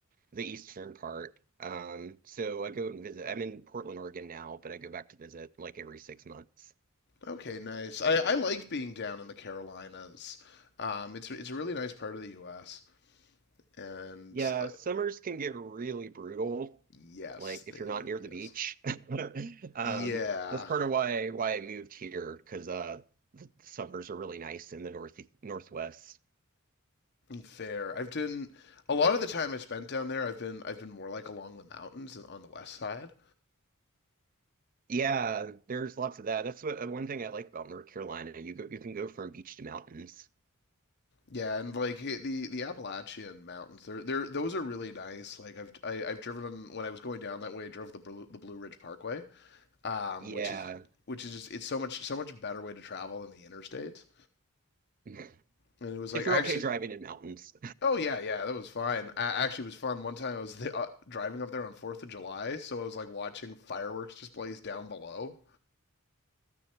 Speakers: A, on the right; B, on the left.
A: the eastern part. Um, so I go and visit. I'm in Portland, Oregon now, but I go back to visit like every six months.
B: Okay, nice. I I liked being down in the Carolinas. Um, it's it's a really nice part of the U.S. and
A: Yeah,
B: uh,
A: summers can get really brutal,
B: yes,
A: like if
B: they
A: you're not near
B: yes.
A: the beach. <laughs> Um,
B: Yeah,
A: that's part of why why I moved here because uh, the, the summers are really nice in the north northwest.
B: fair. I've done a lot of the time I spent down there. I've been I've been more like along the mountains and on the west side.
A: Yeah, there's lots of that. That's what uh, one thing I like about North Carolina. You go, you can go from beach to mountains.
B: Yeah, and like hey, the the Appalachian Mountains, they're they're those are really nice. Like I've I, I've driven on, when I was going down that way. I drove the Blue, the Blue Ridge Parkway, um,
A: Yeah,
B: which is which is just it's so much so much better way to travel than the interstates.
A: <laughs>
B: And it was
A: if
B: like
A: you're
B: I actually
A: okay driving in mountains.
B: Oh yeah, yeah, that was fine. I, actually, it was fun. One time I was the, uh, driving up there on Fourth of July, so I was like watching fireworks displays down below.